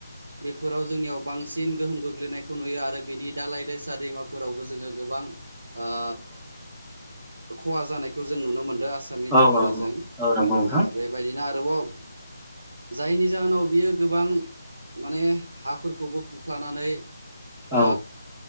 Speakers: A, on the right; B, in the centre.
A: बेफोराव जोंनियाव बांसिन गोहोम गोग्लैनायखौ नुयो आरो बेनि दालाय दैसा दैमा फोरावबो जोङो गोबां बां ओ खहा जानायखौ जों नुनो मोनदों आस दै
B: औ
A: बानाजों।
B: औ औ नंगौ नोंथां
A: ओ बे बायदिनो आरोबाव जायनि जाहोनाव बियो गोबां माने हा फोरखौबो खुरख्लानानै ओ
B: औ